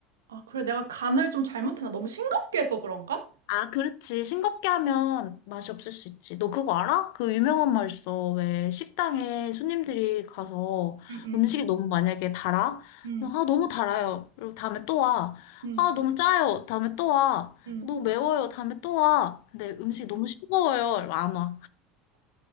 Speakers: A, on the right; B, on the left.
A: 아, 그래. 내가 간을 좀 잘못하나? 너무 싱겁게 해서 그런가?
B: 아, 그렇지. 싱겁게 하면 맛이 없을 수 있지. 너 그거 알아? 그 유명한 말 있어. 왜 식당에 손님들이 가서
A: 음, 음,
B: 음식이 너무 만약에 달아?
A: 음,
B: 아, 너무 달아요. 그리고 다음에 또 와.
A: 음,
B: 아, 너무 짜요. 다음에 또 와.
A: 음.
B: 너무 매워요. 다음에 또 와. 근데 음식이 너무 싱거워요. 이러면 안 와.